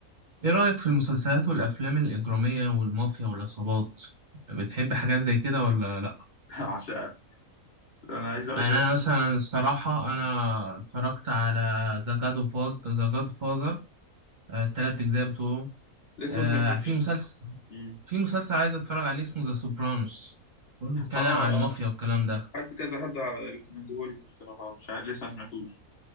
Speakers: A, on the right; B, on the left.
A: إيه رأيك في المسلسلات والأفلام الإجرامية والمافيا والعصابات؟ بتحب حاجات زي كده ولا لأ؟
B: <laughs> عشان انا عايز اقول
A: يعني
B: لك
A: أنا مثلا الصراحة أنا اتفرجت على ذا جاد فاز ذا جاد فازر التلات أجزاء بتوعه
B: لسه
A: آه،
B: ما سمعتوش
A: في
B: ده
A: مسلسل
B: مم.
A: في مسلسل عايز أتفرج عليه اسمه ذا سوبرانوس بيتكلم
B: اه
A: عن المافيا
B: اه
A: والكلام ده
B: حد كذا حد ريكومندهولي فبصراحه مش عارف لسه ما سمعتوش